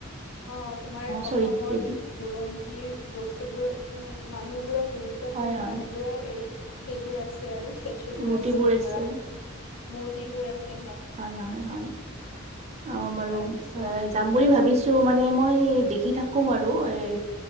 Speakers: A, on the left; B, on the right.
A: অ তোমাৰ অসমৰ
B: শ্বহীদ বেদী
A: বুৰঞ্জীৰ। বস্তুবোৰ মানে মানুহ বোৰৰ গুৰুত্বপূৰ্ণ
B: হয় হয়
A: মানুহ বোৰৰ এই সেইবোৰ আছে আৰু ষ্টেচু বোৰ
B: মূৰ্তিবোৰ আছে।
A: ধৰা মূৰ্তিবোৰ আছে
B: হয় অ বাৰু
A: তাৰপিছত
B: যাম বুলি ভাবিছো। মানে মই দেখি থাকো আৰু এ